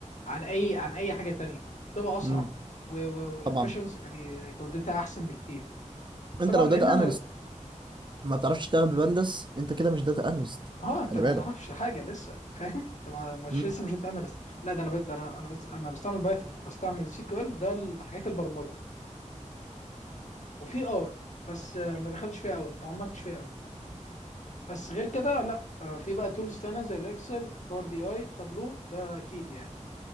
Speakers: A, on the left; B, on the right.
A: عن اي عن اي حاجه تانية بتبقى اسرع
B: امم
A: وافشنس
B: طبعا
A: يعني جودتها احسن بكتير
B: انت
A: طبعا
B: لو داتا
A: لان انا
B: اناليست ما بتعرفش تشتغل ببندس انت كده مش داتا اناليست
A: اه انت
B: خلي
A: ما
B: بالك
A: تعرفش حاجه لسه انت فاهم انت ما- مش
B: امم
A: لسه مش اناليست لا ده انا ب- ده انا انا بس انا بستعمل بايثون وبستعمل سيكوال ده الحاجات البرمجه وفي ار بس آه، ما دخلتش فيها قوي ما تعمقتش فيها قوي بس غير كده لا آه، في بقى تولز تانية زي الاكسل باور بي اي تابلو ده اكيد يعني